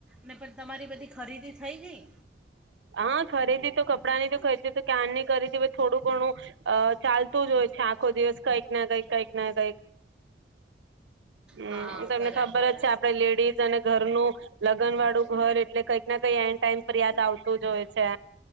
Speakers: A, in the centre; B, on the right.
A: ને પણ તમારી બધી ખરીદી થઈ ગઈ.
B: આ ખરીદી તો કપડાંની તો ખરીદી તો ક્યારની કરી દિવસ થોડું ઘણું અ ચાલતું જ હોય છે આખો દિવસ કઈક ના કઈક કઈક ના કઈક. હમ
A: હા
B: તમને
A: બરાબર
B: ખબર જ છે આપડે લેડીઝ અને ઘરનું લગ્ન વાળું ઘર એટલે કઈક ના કઈ એન ટાઈમ પર યાદ આવતું જ હોય છે.